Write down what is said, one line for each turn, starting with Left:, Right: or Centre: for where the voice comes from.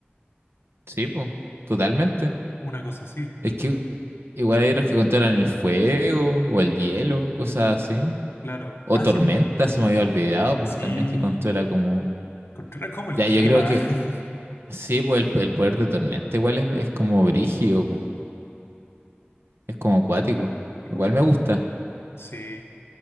Right: Sí, pues, totalmente.
Left: Una cosa así,
Right: Es que igual hay otros que controlan el fuego o el hielo, cosas así.
Left: claro.
Right: O
Left: Ah,
Right: tormenta,
Left: sí,
Right: se me había olvidado, pues
Left: sí,
Right: también que controla como...
Left: controla como el
Right: Ya,
Left: clima.
Right: yo creo que
Left: <laughs>
Right: sí, pues el, el poder de tormenta igual es, es como brígido, pues, Es como acuático.
Left: ¿Qué voy
Right: Igual
Left: a contro-
Right: me gusta.
Left: Sí,